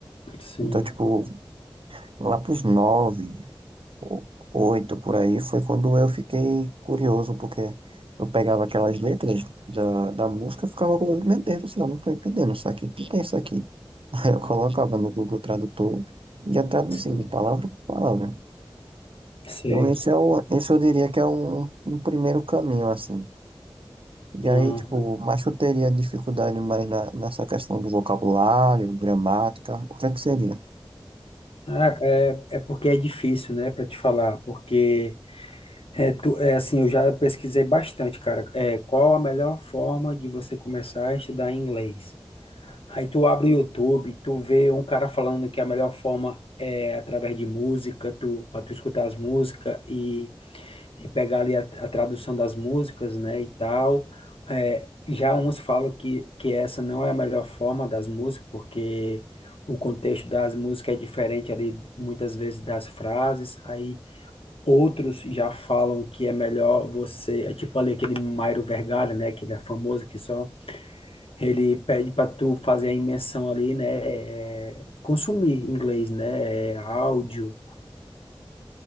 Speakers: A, on the left; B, on the right.
A: sim,
B: Então, tipo, lá pros nove, o- oito por aí, foi quando eu fiquei curioso, porque eu pegava aquelas letras da, da música e ficava com meu Deus do céu, não estou entendendo isso aqui, o que que é isso aqui? <laughs> Aí eu colocava no Google Tradutor e ia traduzindo
A: sim,
B: palavra por palavra.
A: sei.
B: Então esse é o, esse eu diria que é um, um primeiro caminho, assim. E
A: Ah,
B: aí, tipo, mas eu teria dificuldade mais na, nessa questão do vocabulário, gramática, o que é que seria?
A: ah, é, é porque é difícil, né, para te falar, porque é, tu, é assim, eu já pesquisei bastante, cara. É, qual a melhor forma de você começar a estudar inglês? Aí tu abre o YouTube, tu vê um cara falando que a melhor forma é através de música, tu, para tu escutar as músicas e, e pegar ali a, a tradução das músicas, né, e tal. É, já uns falam que, que essa não é a melhor forma das músicas, porque o contexto das músicas é diferente ali, muitas vezes, das frases. Aí outros já falam que é melhor você, é tipo ali aquele Mairo Vergalha, né, que ele é famoso, que só ele pede para tu fazer a imersão ali, né? é, consumir inglês, né? é, áudio,